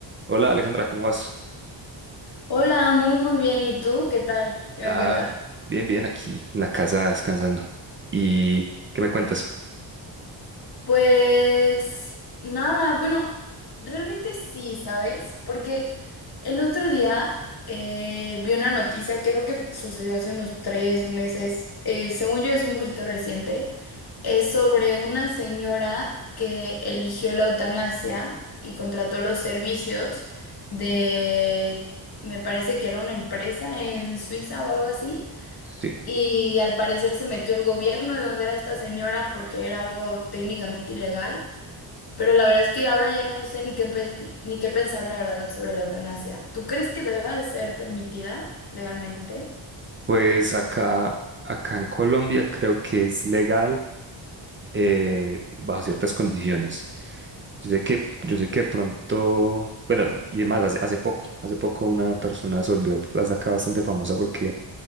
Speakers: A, on the right; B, on the left.
A: Hola Alejandra, ¿cómo vas?
B: Hola, muy muy bien. ¿Y tú? ¿Qué tal? ¿Qué
A: Ah,
B: me cuentas?
A: bien, bien, aquí en la casa descansando. ¿Y qué me cuentas?
B: Pues nada, bueno, realmente sí, ¿sabes? Porque el otro día eh, vi una noticia, creo que sucedió hace unos tres meses, eh, según yo es un poquito reciente, es sobre una señora que eligió la eutanasia y contrató los servicios de, me parece que era una empresa en Suiza o algo así
A: Sí,
B: Y al parecer se metió el gobierno de donde era esta señora porque era algo técnicamente ilegal. Pero la verdad es que ahora ya no sé ni qué, pe- ni qué pensar, la verdad, sobre la eutanasia. ¿Tú crees que deba de ser permitida legalmente?
A: pues acá, acá en Colombia creo que es legal eh, bajo ciertas condiciones. Yo sé que, yo sé que pronto, bueno, y además hace, hace poco, hace poco una persona se volvió hasta acá bastante famosa porque